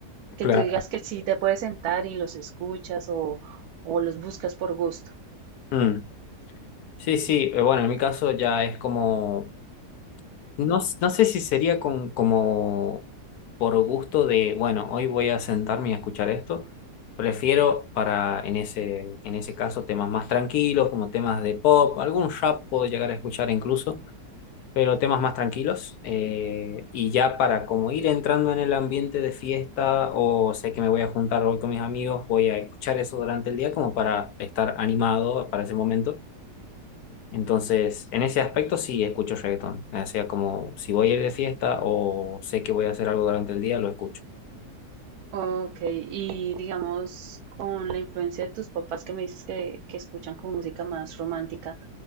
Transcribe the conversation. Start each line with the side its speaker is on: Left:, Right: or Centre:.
Right: que
Left: claro.
Right: tú digas que sí te puedes sentar y los escuchas o, o los buscas por gusto.
Left: Mm. Sí, sí. eh, bueno, en mi caso ya es como No, s- no sé si sería con, como por gusto de, bueno, hoy voy a sentarme y a escuchar esto. Prefiero para, en ese, en ese caso, temas más tranquilos, como temas de pop, algún rap puedo llegar a escuchar incluso, pero temas más tranquilos. eh, y ya para como ir entrando en el ambiente de fiesta o sé que me voy a juntar hoy con mis amigos, voy a escuchar eso durante el día como para estar animado para ese momento entonces, en ese aspecto sí escucho reggaetón. O sea, como si voy a ir de fiesta o sé que voy a hacer algo durante el día, lo escucho.
Right: Ok, y digamos, con la influencia de tus papás que me dices que, que escuchan como música más romántica,